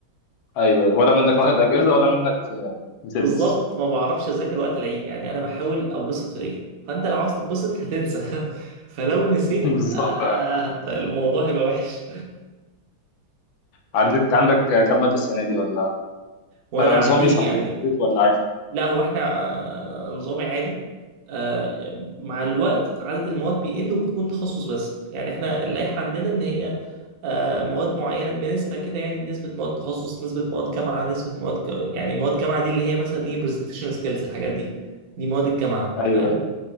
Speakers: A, on the left; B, on the right.
A: ايوه ولا منك واخد اجازه ولا منك آه، بتدرس
B: بالظبط ما بعرفش اذاكر وقت العيد يعني انا بحاول
A: <laughs>
B: اتبسط في العيد فانت لو عايز تتبسط هتنسى <laughs> فلو نسيت
A: بالظبط
B: آه، هت- الموضوع هيبقى وحش
A: عندك عندك كم ماده السنه دي ولا
B: وانا
A: فنظام
B: عندي
A: ايه صحيح
B: يعني
A: كريدت ولا عادي
B: لا هو احنا نظامي عادي آه، مع
A: مم.
B: الوقت عدد المواد بيقل وبتكون تخصص بس يعني احنا اللائحة عندنا ان هي آه، مواد معينة بنسبة كده يعني نسبة مواد تخصص نسبة مواد جامعة نسبة مواد ك- يعني مواد جامعة دي اللي هي مثلا ايه presentation skills الحاجات دي دي مواد الجامعة
A: ايوه
B: فاهم
A: ايوه